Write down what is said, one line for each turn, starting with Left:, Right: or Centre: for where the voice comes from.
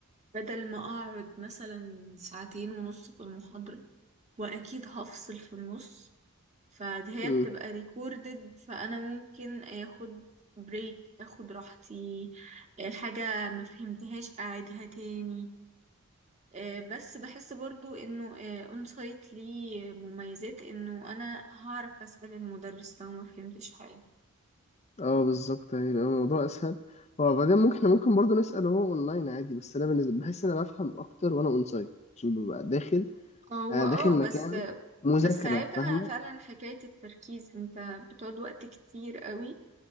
Right: بدل ما اقعد مثلا ساعتين ونص في المحاضرة واكيد هفصل في النص فهي
Left: امم
Right: بتبقى ريكوردد فانا ممكن اخد بريك اخد راحتي الحاجة ما فهمتهاش اعيدها تاني آه، بس بحس برضو انه اون سايت ليه مميزات انه انا هعرف اسأل المدرس لو ما فهمتش حاجة
Left: اه بالظبط يعني يبقى الموضوع اسهل هو بعدين ممكن احنا ممكن برضه نسال هو اونلاين عادي بس انا بالنسبه بحس ان انا بفهم اكتر وانا اون سايت عشان ببقى داخل
Right: هو
Left: انا
Right: اه
Left: داخل مكان
Right: بس
Left: مذاكرة
Right: بس عيبها
Left: فاهمة
Right: فعلا حكاية التركيز انت بتقعد وقت كتير قوي